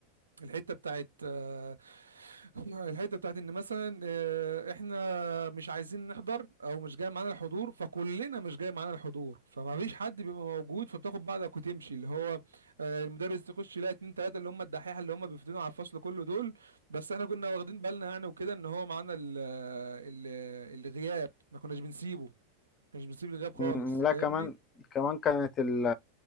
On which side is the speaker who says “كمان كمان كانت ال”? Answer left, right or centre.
Left